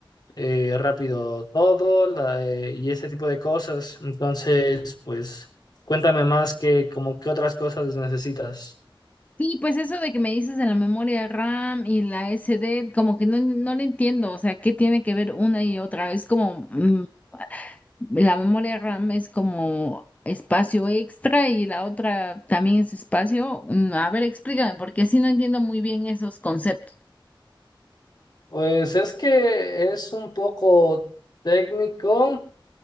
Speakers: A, on the left; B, on the left.
A: eh, rápido todo la- eh, y ese tipo de cosas. Entonces, pues cuéntame más que como qué otras cosas necesitas.
B: Sí, pues eso de que me dices de la memoria RAM y la SD, como que no, no le entiendo, o sea, ¿qué tiene que ver una y otra? Es como, mm, la memoria RAM es como espacio extra y la otra también es espacio. Mm, A ver, explícame, porque sí no entiendo muy bien esos conceptos.
A: Pues es que es un poco técnico,